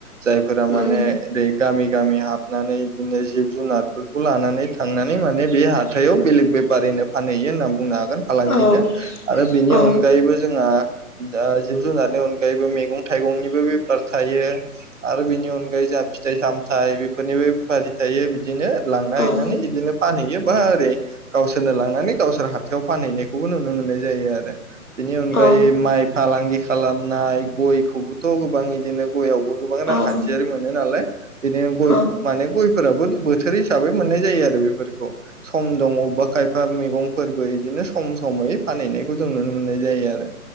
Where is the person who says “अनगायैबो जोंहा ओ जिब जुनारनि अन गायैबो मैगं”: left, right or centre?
Right